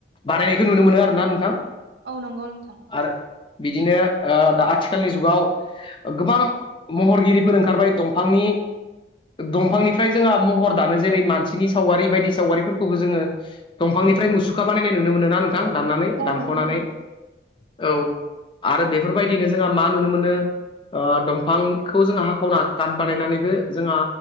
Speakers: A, on the left (about 30°); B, on the right (about 65°).
A: बानायनायखौ नुनो मोनो आरोना नोंथां
B: औ नंगौ नोंथां
A: आरो बिदिनो ओ दा आथिखालनि जुगाव गोबां महरगिरिफोर ओंखारबाय दंफांनि दंफांनिफ्राय जोंहा महर दानो जेरै मानसिनि सावगारि बायदि सावगारिफोरखौबो जोङो दंफांनिफ्राय मुसुखा बानायनाय नुनो मोनो ना नों नोंथां दाननानै
B: औ
A: दानख'नानै
B: नंगौ नोंथां
A: औ आरो बेफोरबायदिनो जोंहा मा नुनो मोनो दंफांखौ जोङो हाखावना काट बानायनानैबो जोंहा